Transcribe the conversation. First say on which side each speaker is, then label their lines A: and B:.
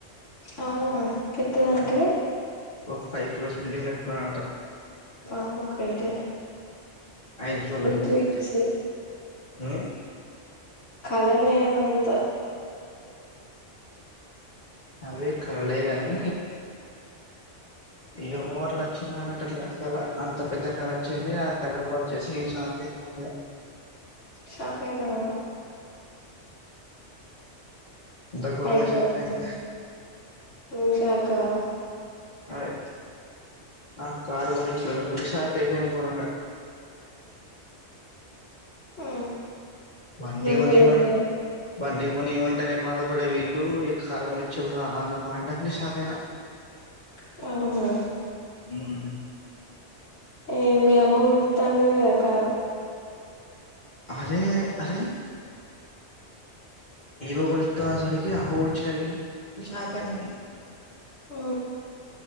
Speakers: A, on the left; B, on the left.
A: అవునా పెద్దదంటే?
B: ఆ ఒక ఫైవ్ ఫ్లోర్స్ బిల్డింగ్ కట్టుకున్న అంట.
A: వామ్మో కట్టే
B: ఐదు ఫ్లోర్ల బిల్డింగ్.
A: డ్రీమ్సే
B: మ్
A: కలలేం అంత
B: అదే కలలే గానీ ఏమో అట్ల వచ్చింది నాకి అట్ల కళ అంత పెద్ద కళ వచ్చింది ఆ కళలు వచ్చేసి లేసిన. నాకేత అమ్మయ్య
A: షాఖైతానవా
B: అంత ఘోరంగా
A: అయితే
B: షాక్
A: వదిలేయ్.
B: అయినా
A: నువ్వు షాక్ కావా?
B: అదె నాకు కారు కొనిచ్చినవ్ అంటే, షాక్ అయిపోఅయినాను ఘోరంగా!
A: ఆ
B: బండి
A: నువ్వు
B: కొనివ్వ
A: కొనియ్యలేద
B: బండి కొనిమంటేనే బాధపడే వీల్లు య కారు కొని ఇచ్చిల్లురా, అన్న పాయింట్ ఆఫీనె షాక్ అయినా.
A: <inaudible> అవున
B: మ్
A: ఏ మీ అమ్మ కొనిత్త అన్నది కదా కారు!
B: అరే అరే ఇగొ కోనిత్త అని సరిగా ఏ ఆమె కొనిచ్చుడు ఏంది.
A: ఊ